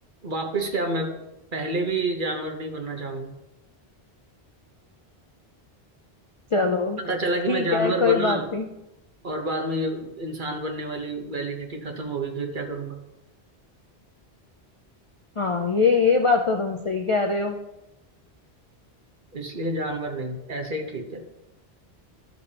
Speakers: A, on the right (about 50°); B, on the left (about 45°).
A: वापस क्या मैं पहले भी जानवर नहीं बनना चाहूंगा
B: चलो
A: पता चला कि
B: ठीक
A: मैं जानवर
B: है
A: बना
B: कोई बात नहीं
A: और बाद में ये इंसान बनने वाली वैलिडिटी खत्म होगी फिर क्या करूंगा
B: हाँ ये ये बात तो तुम सही कह रहे हो
A: इसलिए जानवर नहीं ऐसे ही ठीक है